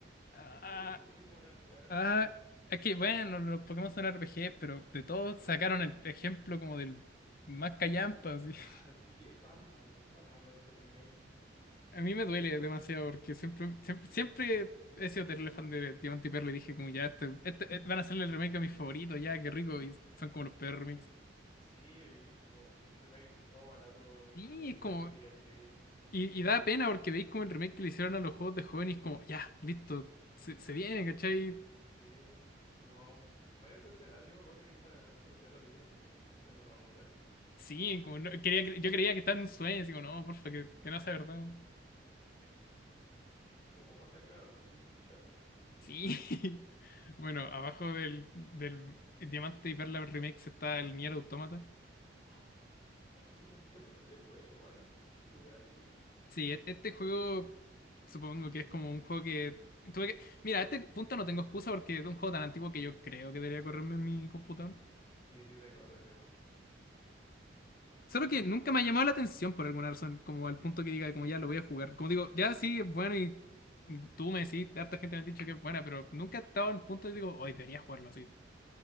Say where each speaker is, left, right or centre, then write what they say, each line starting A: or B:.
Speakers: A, on the left; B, on the left.
A: Ah,
B: Porque hay un Pokémon acá.
A: ah, es que bueno, los Pokémon son RPG, pero de todos sacaron el ejemplo como del más callampa, así.
B: <sighs>
A: <laughs>
B: Sí, está malo, está malo este remake.
A: A mí me duele demasiado porque siempre, siempre, siempre he sido terrible fan de Diamante y Perla y dije como ya, este, este- eh, van a hacerle el remake a mis favoritos, ya, qué rico, y son como los peores
B: Sí, y como un remake todo barato weón,
A: Y
B: con
A: es como.
B: este THX.
A: Y, y da pena porque veis como el remake que le hicieron a los juegos de jóvenes, como, ya, listo, se, se viene, ¿cachai?
B: Sí, no, fue decepcionante. Yo me acuerdo que esta, esta cuestión lo vi en el direct cuando lo anunciaron.
A: Sí,
B: Y me.
A: como
B: eh,
A: no- quería, cre- yo creía que estaba en un sueño, así como, no, porfa, que, que no sea verdad.
B: Es que. <laughs> Como masacraron a mi muchacho.
A: Sí. <laughs> Bueno, abajo del, del Diamante y Perla remake está el Nier Automata.
B: Oh, oh, qué bueno ese juego, vale, tienes que jugarlo.
A: Sí, e- este juego supongo que es como un juego que tuve que. Mira, a este punto no tengo excusa porque es un juego tan antiguo que yo creo que debería correrme en mi computador.
B: Sí, sí, te corre de más.
A: Solo
B: Y
A: que nunca
B: si no,
A: me ha llamado la atención por alguna razón, como al punto que diga, como ya lo voy a jugar. Como digo, ya sí, es bueno y tú me decís, harta gente me ha dicho que es buena, pero nunca he estado al punto de digo, hoy debería jugarlo así.